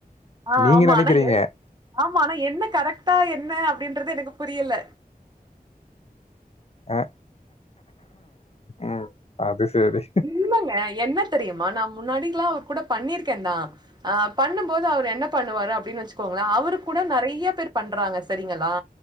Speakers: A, on the right (about 25°); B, on the left (about 40°).
A: ஆ
B: நீங்க
A: ஆமா
B: நெனைக்கிறீங்க.
A: ஆனா எது ஆமா ஆனா என்ன கரெக்ட்டா என்ன அப்டின்றது எனக்கு புரியல
B: அ ம் அது சரி
A: இல்லங்க என்ன தெரியுமா நா முன்னாடில்லா அவர் கூட பண்ணிருக்கேந்தா அ பண்ணும்போது அவரு என்ன பண்ணுவாரு அப்டின் வச்சுக்கோங்களே அவரு கூட நறைய பேர் பண்றாங்க சரிங்களா